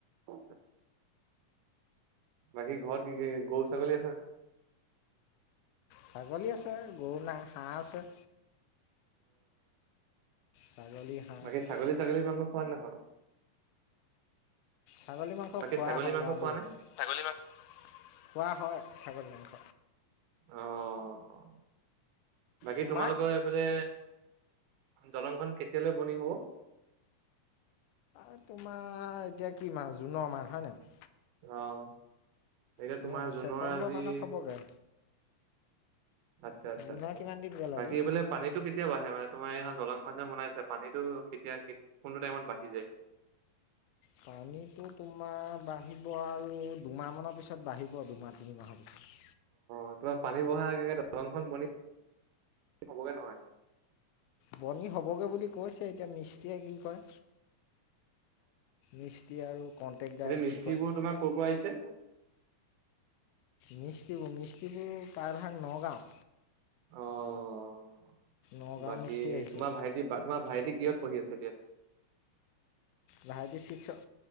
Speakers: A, on the right; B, on the left.
A: অ! বাকী ঘৰত কি-কি গৰু, ছাগলী আছে নাই?
B: ছাগলী আছে, গৰু নাই, হাঁহ আছে। ছাগলী হাঁহ
A: বাকী
B: আছে
A: ছাগলী-থাগলী মাংস খোৱা নে নোখোৱা?
B: ছাগলী মাংস
A: বাকী
B: খোৱা
A: ছাগলী
B: হয়
A: মাংস
B: বাৰু
A: খোৱা
B: দেই।
A: নে?
B: ছাগলী মাংস খোৱা হয় ছাগলী মাংস।
A: অঁ! বাকী
B: তোমাৰ
A: তোমালোকৰ সেইফালে দলংখন কেতিয়ালৈ বনি হ'ব?
B: এই তোমাৰ এতিয়া কি মাহ জুনৰ মাহ হয় নাই?
A: অঁ! এতিয়া
B: ছেপ্টেম্বৰ
A: তোমাৰ জুনৰ আজি
B: মানত হ'বগৈ
A: আচ্ছা-আচ্ছা-আচ্ছা,
B: জুনৰ কিমান দিন গ'ল
A: বাকী
B: আজি
A: এইফালে পানীত টো কেতিয়া বাঢ়ে মানে তোমাৰ এইখন দলংখন যে বনাইছে পানীটো কেতিয়া কোনটো টাইমত বাঢ়ি যায়?
B: পানীটো তোমাৰ বাঢ়িব আৰু দুমাহ মানৰ পিছত বাঢ়িব দুমাহ, তিনিমাহৰ পিছত।
A: অঁ! তোমাৰ পানী বঢ়াৰ আগে-আগে দলংখন বনি হ'বগে নহয়?
B: বনি হ'বগে বুলি কৈছে। এতিয়া মিস্ত্ৰীয়ে কি কয়? মিস্ত্ৰী আৰু কণ্টেকদাৰে
A: এতিয়া
B: কি কয়।
A: <unintelligible> তোমাৰ ক'ৰ পৰা আহিছে?
B: মিস্ত্ৰীবোৰ-মিস্ত্ৰীবোৰ প্ৰায়ভাগ নগাঁওৰ।
A: অঁ!
B: নগাঁও
A: বাকী
B: মিস্ত্ৰী আহিছে
A: তোমাৰ ভাইটি বা তোমাৰ ভাইটি কিহত পঢ়ি আছে এতিয়া?
B: ভাইটি ছিক্সত,